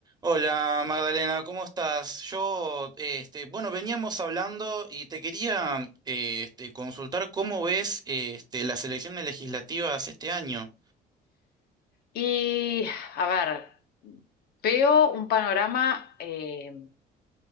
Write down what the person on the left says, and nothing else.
Y, a ver, veo un panorama eh,